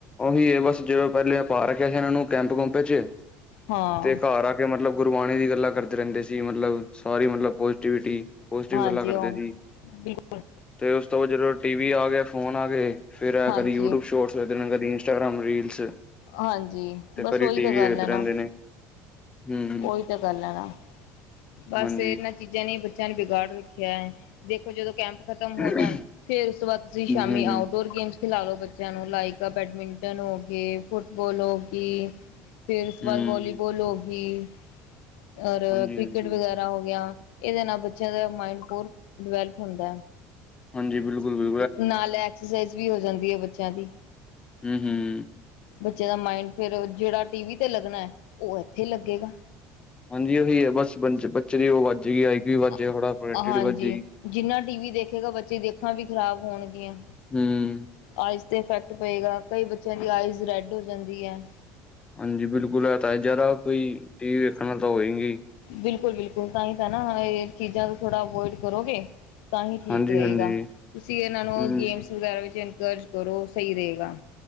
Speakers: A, on the left; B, on the left.
A: ਉਹੀ ਇਹ ਬਸ ਜਦੋਂ ਪਹਿਲੇ ਪਾ ਰੱਖਿਆ ਸੀ ਇਹਨਾਂ ਨੂੰ ਕੈਂਪ ਕੂਪ ਵਿੱਚ,
B: ਹਾਂ
A: ਤੇ ਘਰ ਆ ਮਤਲਬ ਗੁਰਬਾਣੀ ਦੀ ਗੱਲਾਂ ਕਰਦੇ ਰਹਿੰਦੇ ਸੀ ਮਤਲਬ ਸਾਰੀ ਮਤਲਬ ਪੋਜ਼ਿਵਿਟੀ- ਪੋਜ਼ਟਿਵ
B: ਹਾਂਜੀ
A: ਗੱਲਾਂ ਕਰਦੇ
B: ਉਹ
A: ਸੀ।
B: ਬਿਲਕੁਲ
A: ਤੇ ਉਸ ਤੋਂ ਬਾਅਦ ਜਦੋਂ ਟੀ ਵੀ ਆਗੇ ਫੋਨ ਆ ਗੇ, ਫ਼ਿਰ ਐ
B: ਹਾਂਜੀ।
A: ਕਦੀ ਯੂਟਿਊਬ ਸ਼ੋਰਟ ਤੇ ਕਦੇ ਇੰਸਟਾਗ੍ਰਾਮ ਰੀਲਸ,
B: ਹਾਂਜੀ
A: ਤੇ
B: ਬਸ
A: ਕਦੇ
B: ਉਹੀ
A: ਟੀ
B: ਤਾਂ
A: ਵੀ
B: ਗੱਲ
A: ਵੇਖਦੇ
B: ਹੈ
A: ਰਹਿੰਦੇ
B: ਨਾ
A: ਨੇ। ਹਮ
B: ਉਹੀ ਤਾਂ ਗੱਲ ਐ ਨਾ। ਬਸ
A: ਹਾਂਜੀ
B: ਇਹਨਾਂ ਚੀਜ਼ਾਂ ਨੇ ਬੱਚਿਆਂ ਨੂੰ ਬਿਗਾੜ ਰੱਖਿਆ ਹੈ। ਦੇਖੋ ਜਦੋਂ ਕੈਂਪ ਖ਼ਤਮ ਹੋ
A: ਹਮ
B: ਜਾਣ, ਫੇਰ ਉਸ ਤੋਂ ਬਾਅਦ ਤੁਸੀਂ ਸ਼ਾਮੀ
A: ਹਮ
B: ਆਊ ਰੋਜ ਗੇਮਸ ਖਿਲਾਏ ਗਾ ਬੱਚਿਆਂ ਨੂੰ ਲਾਈਕ ਬੈਡਮਿੰਟਨ ਹੋ ਗੇ ਫੁੱਟਬਲ ਹੋ ਗਈ ਫੇਰ ਉਸ ਤੋਂ
A: ਹਮ
B: ਬਾਅਦ ਵਾਲੀਬਲ ਹੋ ਗਈ, ਔਰ
A: ਹਾਂਜੀ ਹਾਂਜੀ
B: ਤਰਾਂ ਹੋ ਗਿਆ, ਇਹਦੇ ਨਾਲ ਬੱਚਿਆਂ ਦਾ ਮਾਇੰਡ ਹੋਰ ਡਿਵੈਲਪ ਹੁੰਦਾ ਐ।
A: ਹਾਂਜੀ ਬਿਲਕੁਲ-ਬਿਲ
B: ਨਾਲ ਐਕਸਰਸਾਈਜ਼ ਵੀ ਹੋ ਜਾਂਦੀ ਹੈ ਬੱਚਿਆਂ ਦੀ।
A: ਹੂੰ ਹੂੰ।
B: ਬੱਚੇ ਦਾ ਮਾਇੰਡ ਫਿਰ ਜਿਹੜਾ ਟੀ ਵੀ ਤੇ ਲੱਗਣਾ ਐ ਉਹ ਇੱਥੇ ਲੱਗੇਗਾ।
A: ਹਾਂਜੀ ਉਹੀ ਹੈ ਬਸ ਬਚ-ਬੱਚੇ ਦੀ ਉਹ ਵੱਜ ਗਿਆ ਆਈ। ਵੀ ਵੱਜ
B: ਆ,
A: ਥੋੜਾ ਪ੍ਰੋਡਕਟਿਵ
B: ਹਾਂਜੀ
A: ਵੱਜੇਗੀ
B: ਜਿੰਨਾ ਟੀ ਵੀ ਦੇਖੇਗਾ ਬੱਚੇ ਅੱਖਾਂ ਵੀ ਖ਼ਰਾਬ ਹੋਣਗੀਆਂ।
A: ਹੂੰ।
B: ਆਈਜ਼ ਤੇ ਇਫੈਕਟ ਪਏਗਾ ਕਈ ਬੱਚਿਆਂ ਦੀ ਆਈਜ਼ ਰੈਡ ਹੋ ਜਾਂਦੀ ਐ।
A: ਹਾਂਜੀ ਬਿਲਕੁਲ ਹੈ ਤਾਂ ਹੈ ਜ਼ਿਆਦਾ ਕੋਈ ਟੀ ਵੀ ਵੇਖਣ ਨਾਲ ਤਾਂ ਹੋਇਗੀ।
B: ਬਿਲਕੁਲ ਬਿਲਕੁਲ ਤਾਂਹੀ ਤਾਂ ਇਹ ਚੀਜ਼ਾਂ ਤੋ ਥੋੜਾ ਅਵੋਇਡ ਕਰੋਗੇ। ਤਾਂ ਹੀ ਠੀਕ
A: ਹਾਂਜੀ-ਹਾਂਜੀ
B: ਰਹੇਗਾ, ਤੁਸੀਂ ਇਹਨਾਂ ਨੂੰ
A: ਹੂੰ
B: ਗੇਮਸ ਵਗੈਰਾ ਵਿੱਚ ਇਨਕਰੇਜ ਕਰੋ ਸਹੀ ਰਹੇਗਾ।